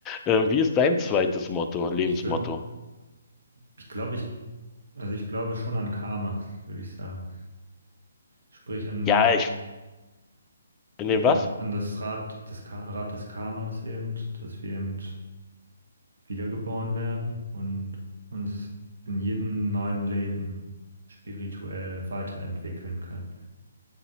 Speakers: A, on the left; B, on the right.
A: Ähm, wie ist dein zweites Motto, Lebensmotto?
B: Ich würde, ich glaube, ich, also ich glaube schon an Karma, <laughs> würde ich sagen. Sprich an
A: Ja,
B: den,
A: ich, in
B: äh,
A: dem was?
B: an das Rad, das Ka Rad des Karmas eben, dass wir eben wiedergeboren werden und uns in jedem neuen Leben spirituell weiterentwickeln können